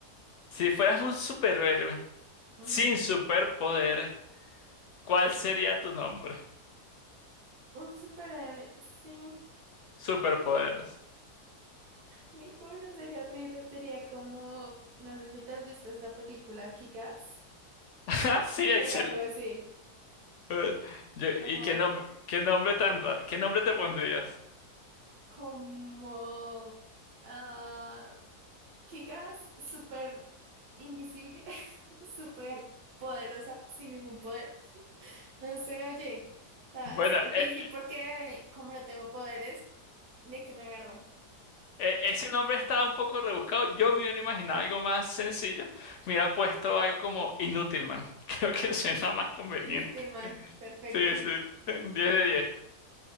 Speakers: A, on the left; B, on the right.
A: Si fueras un superhéroe
B: Ujú.
A: sin superpoderes, ¿cuál sería tu nombre?
B: Un superhéroe sin
A: Superpoderes.
B: ninguno sería horrible. Sería como, no sé si te has visto esta película, Kick-Ass.
A: <laughs> Ah, Sí, excelente.
B: Sería algo así.
A: Eh, Yo-
B: Como,
A: ¿y qué nombre, qué nombre tan ra- qué nombre te pondrías?
B: como, ah, Kikas, súper invisible, <laughs> súper poderosa, sin ningún poder. No sé, oye, está,
A: Bueno,
B: es difícil
A: e-
B: porque como no tengo poderes, ¿de qué me agarró?
A: e-
B: Como
A: ese nombre está un poco rebuscado. Yo me hubiera imaginado algo más sencillo. Me hubiera puesto algo como Inútilman. <laughs> Creo que suena más conveniente.
B: Inútil, man. Perfecto.
A: Sí, sí. <laughs> diez de diez